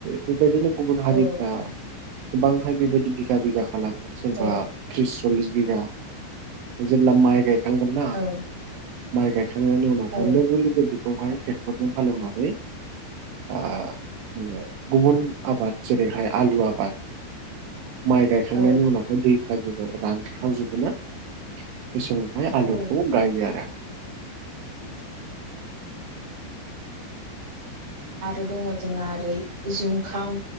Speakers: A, on the right (about 80°); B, on the right (about 25°).
A: बेबादिनो गुबुन हारिफ्रा
B: औ औ
A: गोबांहाय बेबायदि बिघा बिघा खालामो सोरबा
B: औ
A: त्रिस सल्लिस बिघा जेब्ला माइ गायखांगोन्ना
B: औ
A: माइ गायख् खांनायनि उनावहाय
B: औ
A: लोगो लोगो बेखौहाय ट्रेक्टरजों हालेवनानै आ माने गुबुन आबाद जेरैहाय आलु आबाद माइ गायखांनायनि
B: औ
A: उनावहाय दै <unintelligible> रानस्रावजोबो ना बे समावहाय
B: औ
A: आलुखौ गायो आरो।
B: आरो दङ' जोंना ओरै जुंखाम